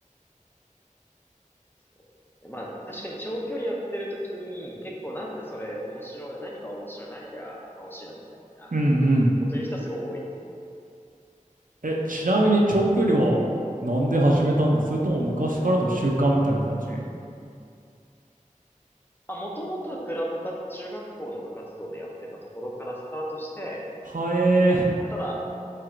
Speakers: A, on the left; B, on the right.
A: そうですね。まあ、確かに長距離やってる時に、結構なんでそれ面白い、何が面白い、何が楽しいのみたいな
B: うんうん。
A: こと言う人はすごい多いですね。
B: え、ちなみに長距離はなんで始めたんですそれとも昔からの習慣みたいな感じ
A: まあ、もともとはクラブか、中学校の部活動でやってたところからスタートして、
B: はえー。
A: ただ、